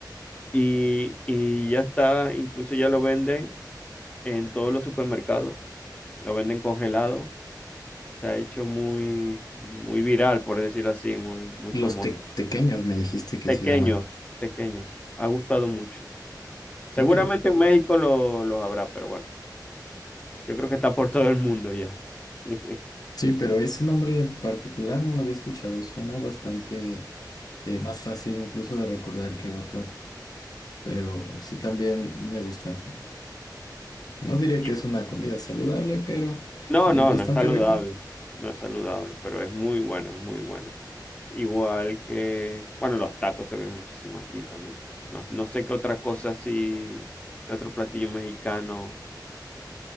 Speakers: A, on the left; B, on the left.
A: Y, y ya está, incluso ya lo venden en todos los supermercados, lo venden congelado. Se ha hecho muy, muy viral, por decirlo así, muy, muy
B: Los
A: famoso.
B: te- tequeños me dijiste que
A: Pequeños,
B: se llaman.
A: pequeños, ha gustado mucho. Seguramente
B: Ok.
A: en México lo, los habrá, pero bueno, yo creo que está por todo el mundo ya. <laughs>
B: Sí, pero ese nombre en particular no lo había escuchado. Suena bastante eh, más fácil incluso de recordar que otros. Pero sí también me gustan. No diría
A: Y
B: que es una comida saludable, pero
A: No,
B: es
A: no,
B: bastante
A: no es saludable,
B: rico.
A: no es saludable, pero es muy bueno, es muy bueno. Igual que, bueno, los tacos se ven muchísimo aquí también. No, no sé qué otra cosa así, qué otro platillo mexicano